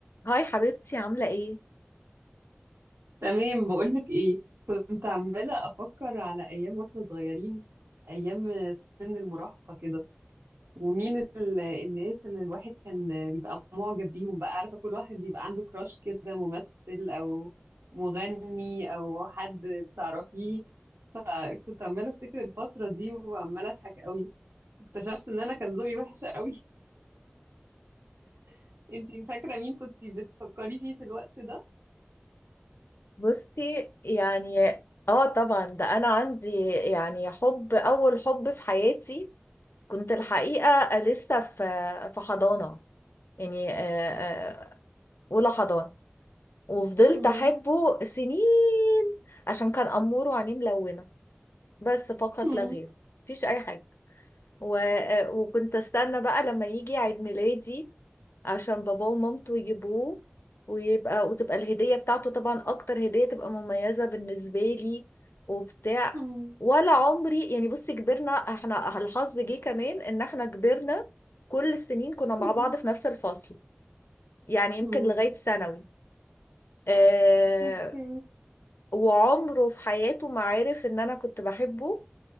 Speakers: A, on the left (about 65°); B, on the right (about 80°).
A: هاي حبيبتي عاملة ايه؟
B: تمام بقولك ايه كنت عمالة أفكر على أيام واحنا صغيرين أيام سن المراهقة كده ومين ال- الناس اللي الواحد كان بيبقى معجب بيهم بقى عارفة كل واحد بيبقى عنده كراش كده ممثل أو مغني أو حد تعرفيه فكنت عمالة أفتكر الفترة دي وعمالة أضحك قوي اكتشفت إن أنا كان ذوقي وحش قوي <laughs> انتي فاكرة مين كنت بتفكري فيه في الوقت ده؟
A: بصي يعني اه طبعا ده انا عندي يعني حب اول حب في حياتي كنت الحقيقه لسه في في حضانه يعني آه، آه، اولى حضانه وفضلت
B: مم.
A: احبه سنين عشان كان امور وعينيه ملونه بس فقط
B: مم.
A: لا غير مفيش اي حاجه و... آه، وكنت استنى بقى لما يجي عيد ميلادي عشان باباه ومامته يجيبوه ويبقى وتبقى الهدية بتاعته طبعا أكتر هدية تبقى مميزة بالنسبة لي وبتاع
B: مم.
A: ولا عمري يعني بصي كبرنا احنا الحظ جه كمان ان احنا كبرنا كل السنين كنا مع
B: مم.
A: بعض في نفس الفصل يعني يمكن
B: مم.
A: لغاية ثانوي آه
B: اوكي
A: وعمره في حياته ما عرف ان انا كنت بحبه